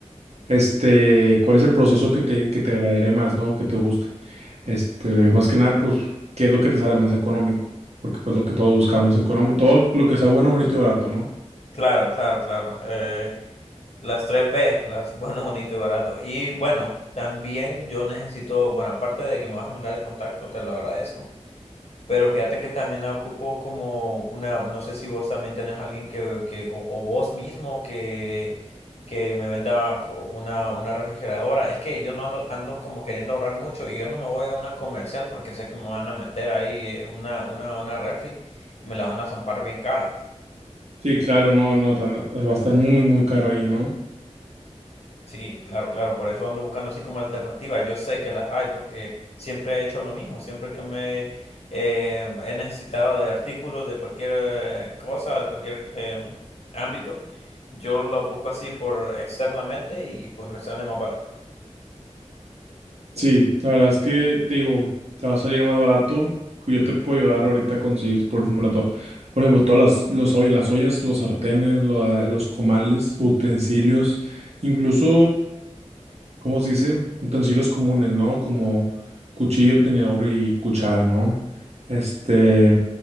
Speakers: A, on the right (about 65°); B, on the left (about 60°).
A: este, ¿cuál es el proceso que te, que te agradaría más, ¿no? Que te guste. Este, más que nada, pues, ¿qué es lo que te sale más económico? Porque pues lo que todos buscamos, económico, todo lo que sea bueno, bonito y barato, ¿no?
B: Claro, claro, claro. Eh, las tres b las bueno, bonito y barato. Y bueno, también yo necesito, bueno, aparte de que me vas a mandar el contacto, te lo agradezco. Pero fíjate que también la ocupo como una, no sé si vos también tenés alguien que, que o, o vos mismo que, que me venda co- una, una refrigeradora. Es que yo no ando, ando como queriendo ahorrar mucho y yo no me voy a una comercial porque sé que me van a meter ahí eh, una, una, una refri y me la van a zampar bien cara.
A: Sí, claro, no, no, tan- va a estar muy, muy caro ahí, ¿no?
B: Sí, claro, claro, por eso ando buscando así como alternativas. Yo sé que las hay porque siempre he hecho lo mismo, siempre que me eh, he necesitado de artículos de cualquier eh, cosa, de cualquier em, ámbito, yo los busco así por externamente y pues me sale más barato.
A: Sí, la verdad es que te digo, te va a salir más barato. que Yo te puedo ayudar ahorita a conseguir, por ejemplo, to- por ejemplo, todas las, los ollas, las ollas, los sartenes, la- los comales, utensilios, incluso, ¿cómo se dice? Utensilios comunes, ¿no? Como cuchillo, tenedor y cuchara, ¿no? Este,